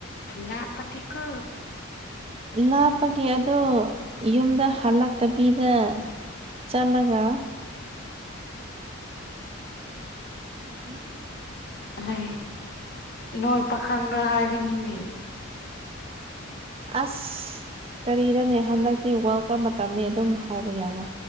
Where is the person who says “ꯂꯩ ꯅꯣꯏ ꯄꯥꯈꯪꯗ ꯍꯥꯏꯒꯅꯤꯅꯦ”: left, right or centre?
Left